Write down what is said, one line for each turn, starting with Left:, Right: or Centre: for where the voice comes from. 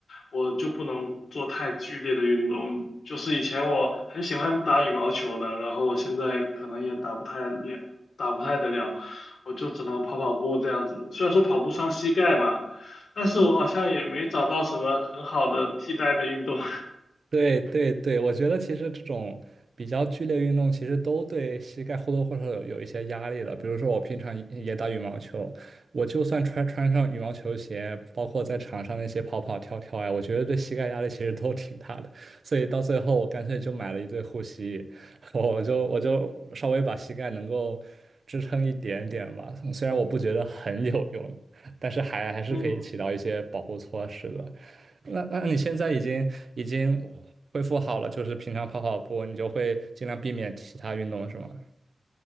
Left: 我就不能做太剧烈的运动。就是以前我很喜欢打羽毛球的，然后我现在可能也打不太了，打不太得了，我就只能跑跑步这样子。虽然说跑步伤膝盖吧，但是我好像也没找到什么很好的替代的运动。
Right: 对对对，我觉得其实这种比较剧烈运动，其实都对膝盖或多或少有有一些压力的。比如说，我平常也也打羽毛球，我就算穿穿上羽毛球鞋，包括在场上那些跑跑跳跳呀，我觉得对膝盖压力其实都挺大的。所以到最后，我干脆就买了一对护膝，<laughs> 我就我就稍微把膝盖能够支撑一点点吧。虽然我不觉得很有用，但是还还是可以起到一些保护措施的。
Left: <laughs> 嗯
Right: 那那你现在已经已经恢复好了，就是平常跑跑步，你就会尽量避免其他运动是吗？